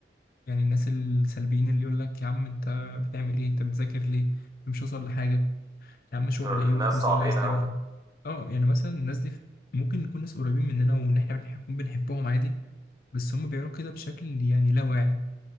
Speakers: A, on the left (about 50°); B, on the right (about 20°).
A: يعني الناس السلبيين اللي يقول لك يا عم انت بتعمل ايه انت بتذاكر ليه أنت مش واصل لحاجه يا عم شغل
B: دول
A: ايه
B: الناس
A: وفلوس
B: صعبين
A: ايه اللي عايز تعملها
B: قوي
A: اه يعني مثلا الناس دي ممكن نكون ناس قريبين مننا وان احنا بنحب بنحبهم عادي بس هم بيعملوا كده بشكل يعني لا واعي